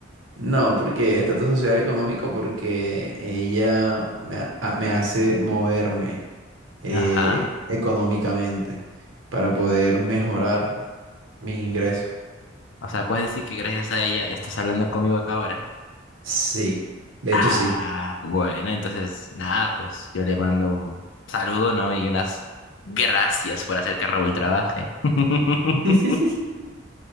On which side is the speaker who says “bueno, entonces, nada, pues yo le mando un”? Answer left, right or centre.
Left